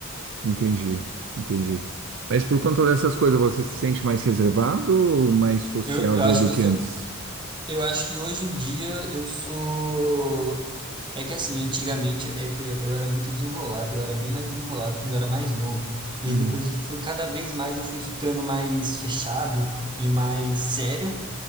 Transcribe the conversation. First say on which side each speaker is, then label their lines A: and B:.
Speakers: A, on the right; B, on the right.
A: Entendi, entendi. Mas por conta dessas coisas, você se sente mais reservado ou mais sociável
B: Eu, eu acho
A: do
B: que eu
A: que
B: sou,
A: antes?
B: eu acho que hoje em dia eu sou. É que assim, antigamente é que eu eu era muito desenrolado, eu era bem mais desenrolado quando eu era mais novo. E
A: Hum,
B: aí depois foi cada vez mais eu fui ficando mais fechado e mais sério.